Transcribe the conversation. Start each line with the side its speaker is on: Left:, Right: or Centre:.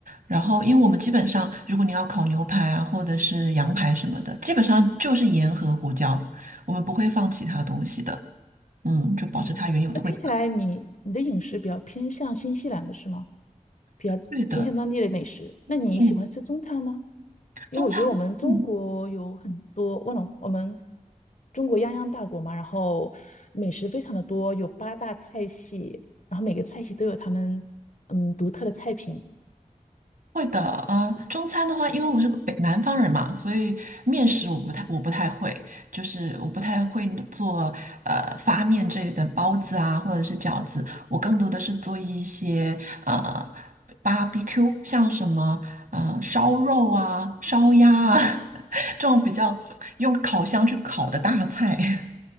Right: 然后因为我们基本上如果你要烤牛排啊，或者是羊排什么的，基本上就是盐和胡椒，我们不会放其他东西的，嗯，就保持它原有的味道。
Left: 嗯，那听起来你你的饮食比较偏向新西兰的是吗？比较偏向当地的美食。
Right: 对的，
Left: 那你喜欢吃中餐吗？
Right: 嗯，
Left: 因为我觉得我们中国有很多，
Right: 中餐，嗯。
Left: 我懂，我们中国泱泱大国嘛，然后美食非常的多，有八大菜系，然后每个菜系都有他们嗯独特的菜品。
Right: 会的，呃，中餐的话，因为我是个北南方人嘛，所以面食我不太我不太会，就是我不太会做呃发面这类的包子啊，或者是饺子，我更多的是做一些呃 barbecue，像什么呃烧肉啊、烧鸭啊 <laughs> 这种比较用烤箱去烤的大菜。